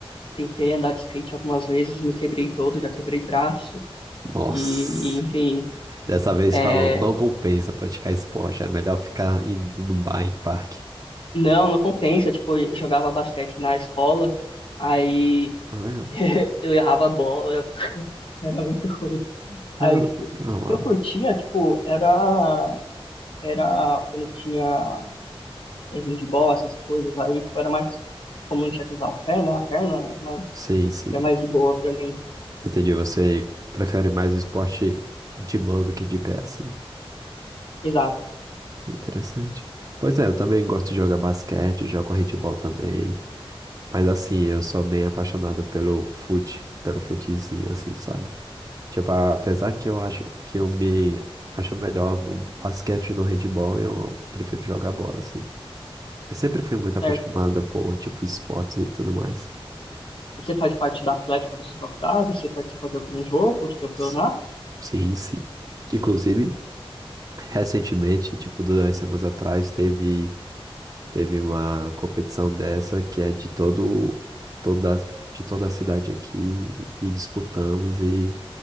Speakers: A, on the left; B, on the right.
A: tentei andar de skate algumas vezes, me quebrei todo, já quebrei braço.
B: Nossa.
A: E, e, enfim,
B: Dessa vez
A: é,
B: falou, não compensa praticar esporte, é melhor ficar indo no bar, em parque.
A: não, não compensa. Tipo, eu jogava basquete na escola, aí
B: Ah,
A: eu errava a bola, eu <laughs> era muito ruim.
B: ah,
A: Aí, tipo,
B: não,
A: o
B: não.
A: que eu curtia, tipo, era, era quando eu tinha handball, essas coisas aí, tipo, era mais como não tinha que usar o pé, né? A perna era mais,
B: Sim, sim.
A: era mais de boa pra mim.
B: Entendi, você prefere mais esporte de mão do que de pé, assim.
A: Exato,
B: Interessante. Pois é, eu também gosto de jogar basquete, jogo handebol também. Mas assim, eu sou bem apaixonado pelo fute, pelo futezinho, assim, sabe? Tipo, apesar que eu acho que eu me acho melhor no basquete e no handebol, eu prefiro jogar bola, assim. Eu sempre fui muito apaixonada
A: certo.
B: por, tipo, esportes e tudo mais.
A: E você faz parte da atlética da sua faculdade? Você participa de algum jogo, de campeonato?
B: S- Sim, sim. Inclusive, recentemente, tipo, duas semanas atrás, teve. Teve uma competição dessa que é de todo, toda, de toda a cidade aqui e disputamos e